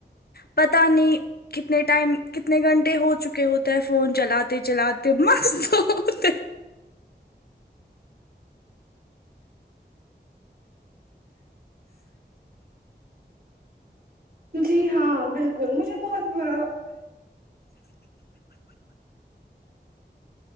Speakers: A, on the left; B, on the right.
A: پتہ نہیں کتنے ٹائم کتنے گھنٹے ہو چکے ہوتے ہیں فون چلاتے چلاتے مست ہوتے
B: جی ہاں بالکل مجھے بہت برا